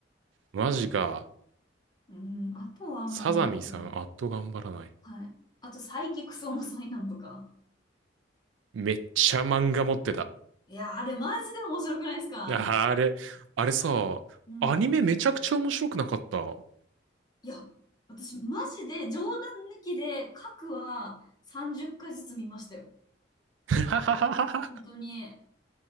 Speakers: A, on the right; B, on the left.
A: マジか。
B: うん、あとはもうなんか、
A: サザミさん、あっと頑張らない。
B: はい。あと、サイキクソの災難とか。
A: めっちゃ漫画持ってた。
B: いや、あれマジで面白くないですか
A: ああれ、あれさ、
B: うん。
A: アニメめちゃくちゃ面白くなかった。
B: いや、私マジで冗談抜きで、各は30回ずつ見ましたよ。
A: <laughs>
B: 本当に。